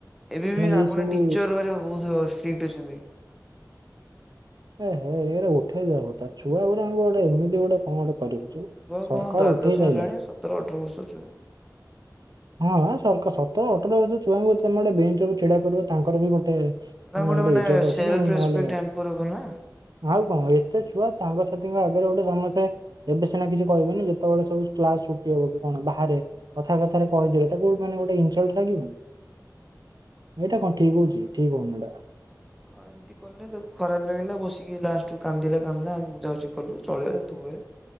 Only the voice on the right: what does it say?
ଏଇ
ସବୁ
ଏହେ ଏଇରା ଉଠେଇ ଦବା କଥା ଛୁଆ ଗୁରାଙ୍କୁ ଗୋଟେ ଏମିତି ଗୋଟେ କଣ ଗୋଟେ କରିବ ଯେ
ସରକାର
ଉଠେଇ ସାରିଲାଣି
ହଁଁ ହଁ ସର୍କ ସତର ଅଠର ବର୍ଷର ଛୁଆଙ୍କୁ ତମେ ଗୋଟେ ବେଞ୍ଚ ଛିଡା କରିବ ତାଙ୍କର ବି ଗୋଟେ ମାନେ
ଗୋଟେ
ଇଜ୍ଜତ
ଅଛି ନା
ନହେଲେ
ଆଉ କଣ ଏତେ ଛୁଆ ସାଙ୍ଗସାଥିଙ୍କ ଆଗରେ ଗୋଟେ ସମସ୍ତେ ଏବେ ସିନା କିଛି କହିବେନି ଯେତେବେଳେ ସବୁ କ୍ଲାସରୁ କଣ ବାହାରେ କଥା କଥାରେ କହିଦେଲେ ତାକୁ ମାନେ ଗୋଟେ ଇନସଲର୍ଟ ଲାଗିବନି। ଏଇଟା କଣ ଠିକ ହଉଛି ଠିକ ହଉନି ଏଇଟା।